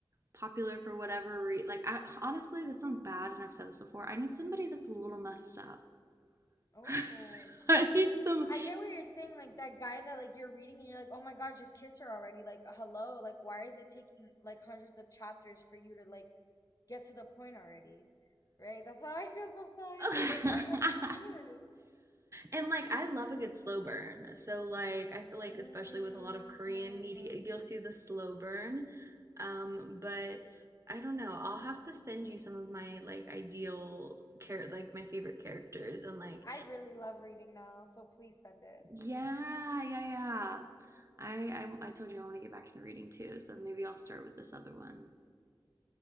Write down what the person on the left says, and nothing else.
Oh.
I get what you're saying, like that guy that like you're reading and you're like, "Oh my God, just kiss her already." Like, hello, like why is it taking like hundreds of chapters for you to like get to the point already? Right? That's how I feel sometimes.
I'm like, "Oh my God, just kiss."
Mm.
I really love reading now, so please send it.